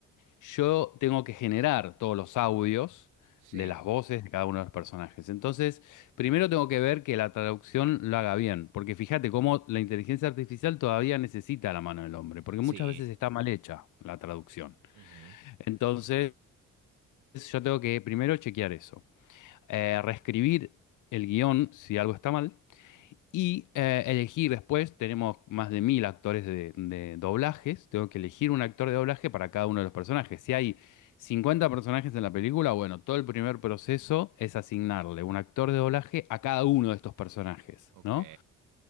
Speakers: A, on the left; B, on the right.
A: yo tengo que generar todos los audios
B: sí,
A: de las voces de cada uno de los personajes. Entonces, primero tengo que ver que la traducción lo haga bien, porque fíjate cómo la inteligencia artificial todavía necesita la mano del hombre, porque
B: sí,
A: muchas veces está mal hecha la traducción.
B: ujú,
A: Entonces, yo tengo que primero chequear eso, Eh, reescribir el guión si algo está mal y eh, elegir después, tenemos más de mil actores de, de doblajes, tengo que elegir un actor de doblaje para cada uno de los personajes. Si hay 50 personajes en la película, bueno, todo el primer proceso es asignarle un actor de doblaje a cada uno de estos personajes,
B: ok,
A: ¿no?